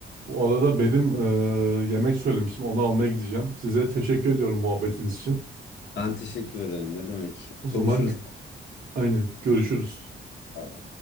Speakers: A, on the right (about 45°); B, on the left (about 60°).
A: Bu arada benim eee, yemek söylemiştim. Onu almaya gideceğim. Size teşekkür ediyorum muhabbetiniz için.
B: Ben teşekkür ederim. Ne demek?
A: O zaman
B: Konuşuruz.
A: gü- aynen görüşürüz.
B: Abi